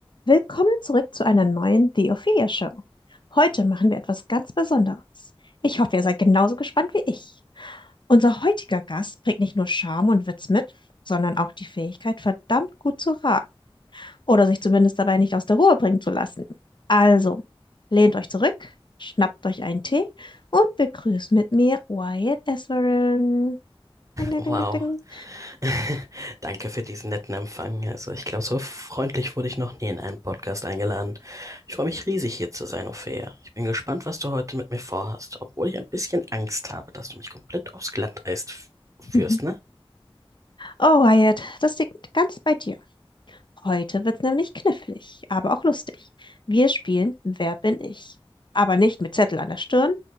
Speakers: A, on the left; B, on the right.
A: Willkommen zurück zu einer neuen The Ophelia Show. Heute machen wir etwas ganz Besonderes. Ich hoffe, ihr seid genauso gespannt wie ich. Unser heutiger Gast bringt nicht nur Charme und Witz mit, sondern auch die Fähigkeit, verdammt gut zu raten oder sich zumindest dabei nicht aus der Ruhe bringen zu lassen. Also, lehnt euch zurück, schnappt euch einen Tee und begrüßt mit mir Wyatt Esperen. Ding,
B: Wow.
A: ding, ding, ding,
B: <laughs> Danke für diesen netten Empfang. Also ich glaube, so freundlich wurde ich noch nie in einen Podcast eingeladen. Ich freue mich riesig, hier zu sein, Ophäa. Ich bin gespannt, was du heute mit mir vorhast, obwohl ich ein bisschen Angst habe, dass du mich komplett aufs Glatteis f- führst,
A: ding.
B: ne?
A: <laughs> Oh, Wyatt, das liegt ganz bei dir. Heute wird's nämlich knifflig, aber auch lustig. Wir spielen Wer bin ich? Aber nicht mit Zettel an der Stirn,